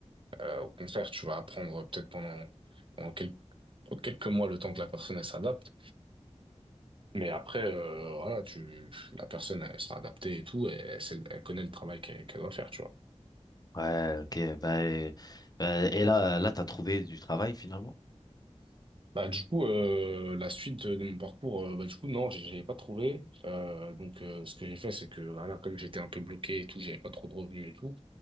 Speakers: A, on the right; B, on the left.
A: Euh, au contraire, tu vas apprendre euh, peut-être pendant, pendant quel- quelques mois le temps que la personne, elle s'adapte. Mais après, euh, voilà, tu, la personne, elle sera adaptée et tout, et elle, sait- elle connaît le travail qu'elle qu'elle doit faire, tu vois.
B: Ouais, ok, bah, et, bah, et là, là, t'as trouvé du travail finalement?
A: Bah, du coup, euh, la suite de mon parcours, euh, bah, du coup, non, j'ai j'avais pas trouvé. Euh, donc, euh, ce que j'ai fait, c'est que, voilà, comme j'étais un peu bloqué et tout, j'avais pas trop de revenus et tout,